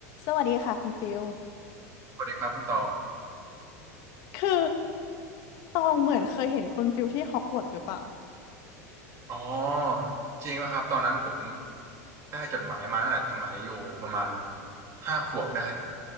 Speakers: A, on the left; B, on the right.
A: สวัสดีค่ะคุณฟิล
B: สวัสดีครับคุณตอง
A: คือตองเหมือนเคยเห็นคุณฟิลที่ฮอกวอตส์หรือเปล่า
B: อ๋อจริงไหมครับตอนนั้นผมได้จดหมายมาตั้งแต่สมัยอยู่ประมาณห้าขวบได้